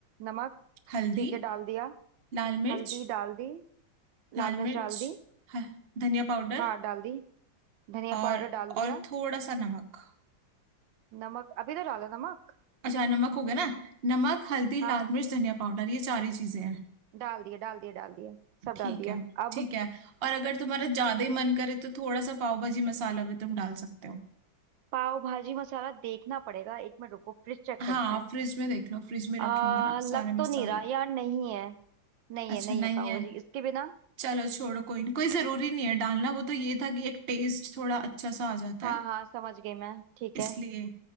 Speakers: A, on the right; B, on the right.
A: नमक
B: हल्दी
A: ठीक है डाल दिया
B: लाल मिर्च
A: हल्दी डाल दी
B: लाल
A: लाल मिर्च
B: मिर्च
A: डाल दी
B: ह- धनिया पाउडर
A: हाँ डाल दी धनिया
B: और
A: पाउडर डाल
B: और
A: दिया
B: थोड़ा सा नमक
A: नमक अभी तो डाला नमक
B: अच्छा नमक हो गया ना नमक हल्दी
A: हाँ
B: लाल मिर्च धनिया पाउडर ये चार ही चीजें हैं
A: डाल दिया डाल दिया डाल दिया सब
B: ठीक
A: डाल दिया
B: है
A: अब
B: ठीक है और अगर तुम्हारा ज्यादा ही मन करे तो थोड़ा सा पाव भाजी मसाला भी तुम डाल सकते हो
A: पाव भाजी मसाला देखना पड़ेगा एक मिनट रुको फ्रिज चेक
B: हाँ
A: करते हैं
B: फ्रिज में देख लो फ्रिज में रखे
A: आ
B: होंगे ना सारे
A: लग
B: मसाले
A: तो नहीं रहा यार नहीं है नहीं
B: अच्छा
A: है नहीं
B: नहीं
A: है पाव
B: है
A: भाजी इसके बिना
B: चलो छोड़ो कोई नहीं कोई जरूरी नहीं है डालना वो तो ये था कि एक टेस्ट थोड़ा अच्छा सा आ जाता
A: हाँ
B: है
A: हाँ समझ गई मैं ठीक
B: इसलिए
A: है